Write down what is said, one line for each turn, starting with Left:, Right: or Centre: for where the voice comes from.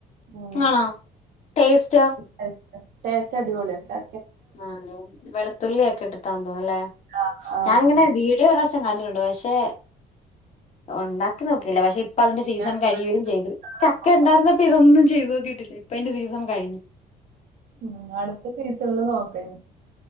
Right: ഉം
Left: ആണോ ടേസ്റ്റോ
Right: ടെസ്റ്റ്‌ ടേസ്റ്റ് അടിപൊളിയാചാ
Left: ആഹ് ലെ വെളത്തുള്ളി ഒക്കെ ഇട്ട്ട്ടാൺ തോന്ന്ണു ല്ലേ
Right: ആഹ് ആഹ്
Left: ഞാങ്ങനെ
Right: ഉം
Left: വീ ട്ടീ ഒരു പ്രാവശ്യം കണ്ടിട്ടുണ്ട് പഷെ ഒണ്ടാക്കി നോക്കില്ല പഷെ ഇപ് ഇപ്പ അതിന്റെ
Right: അടുത്ത
Left: സീസൺ കഴിയലും ചെയ്ത്
Right: സീസണില്
Left: ചക്ക
Right: നോക്കാം.
Left: ണ്ടാർന്നപ്പ ഇതൊന്നും ചെയ്തോക്കീട്ടില്ല ഇപ്പതിന്റെ സീസൺ കഴ്ഞ്
Right: ഉം അടുത്ത സീസൺ ല് നോക്കഞ്